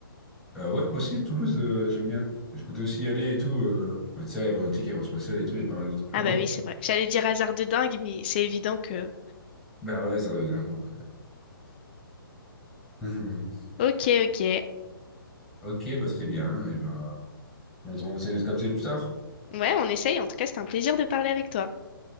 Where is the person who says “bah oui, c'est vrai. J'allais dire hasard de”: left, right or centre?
Left